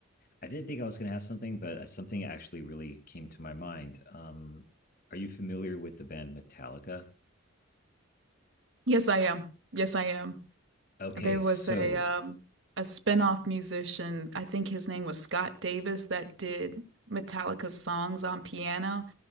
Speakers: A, on the left; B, on the right.
A: I didn't think I was going to have something, but uh, something actually really came to my mind. Um, are you familiar with the band Metallica?
B: Yes, I am. Yes, I am.
A: Okay,
B: There was
A: so
B: a um a spin-off musician, I think his name was Scott Davis, that did Metallica's songs on piano.